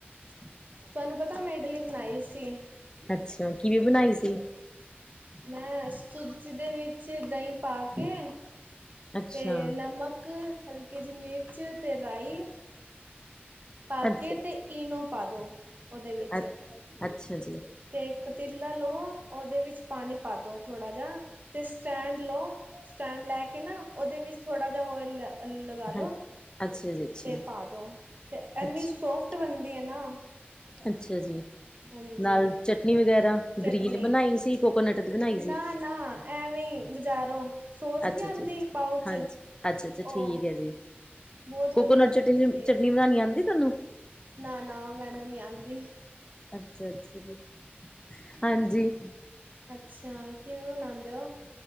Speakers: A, on the right (about 50°); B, on the left (about 20°).
A: ਤੁਹਾਨੂੰ ਪਤਾ ਮੈਂ ਇਡਲੀ ਬਣਾਈ ਸੀ।
B: ਅੱਛਾ ਕਿਵੇਂ ਬਣਾਈ ਸੀ।
A: ਮੈਂ ਸੂਜੀ ਦੇ ਵਿੱਚ ਦਹੀਂ ਪਾ ਕੇ
B: ਅੱਛਾ
A: ਤੇ ਨਮਕ ਕ ਹਲਕੀ ਜਿਹੀ ਮਿਰਚ ਅਤੇ ਰਾਈ ਪਾ ਕੇ
B: ਅੱਛਾ
A: ਤੇ ਈਨੋ ਪਾ ਦਉ ਉਹਦੇ ਵਿੱਚ
B: ਅੱਛਾ ਅ ਅੱਛਾ ਜੀ।
A: ਤੇ ਪਤੀਲਾ ਲਓ ਉਹਦੇ ਵਿੱਚ ਪਾਣੀ ਪਾ ਦੋ ਥੋੜਾ ਜਾ ਤੇ ਸਟੈਂਡ ਲਓ ਸਟੈਂਡ ਲੈ ਕੇ ਨਾ ਉਹਦੇ ਵਿੱਚ ਥੋੜਾ ਜਿਹਾਂ ਓਇਲ ਲੱਗਾ ਲੋ
B: ਹਾਂ ਅੱਛਾ ਜੀ ਅੱਛਾ
A: ਤੇ ਪਾ ਦੋ ਤੇ ਇਨੀ
B: ਅੱਛਾ
A: ਸੋਫਟ ਬਣਦੀ ਹੈ ਨਾ
B: ਅੱਛਾ ਜੀ।
A: ਹਾਂਜੀ
B: ਨਾਲ ਚਟਨੀ ਵਗੈਰਾ
A: ਚਟਨੀ
B: ਗ੍ਰੀਨ ਬਣਾਈ ਸੀ, ਕੋਕੋਨਟ ਦੀ ਬਣਾਈ
A: ਨਾ-ਨਾ
B: ਸੀ।
A: ਐਵੇਂ ਬਜ਼ਾਰੋਂ ਸੋਸ
B: ਅੱਛਾ
A: ਨਹੀਂ ਆਉਂਦੀ
B: ਅੱਛਾ
A: ਪਾਓਚ
B: ਹਾਂਜੀ ਅੱਛਾ ਅੱਛਾ ਠੀਕ
A: ਉਹ
B: ਹੈ ਜੀ
A: ਬਹੁਤ
B: ਕੋਕੋਨਟ
A: ਵਧੀਆ ਬਣੀ
B: ਚਟਨੀ
A: ਸੀ
B: ਚਟਨੀ ਬਣਾਉਣੀ ਆਉਂਦੀ ਤੁਹਾਨੂੰ
A: ਨਾ ਨਾ ਮੈਨੂੰ ਨੀ ਆਉਂਦੀ
B: ਅੱਛਾ ਅੱਛਾ ਜੀ ਹਾਂਜੀ।
A: ਅੱਛਾ ਕਿਵੇਂ ਬਣਾਉਂਦੇ ਹੋ।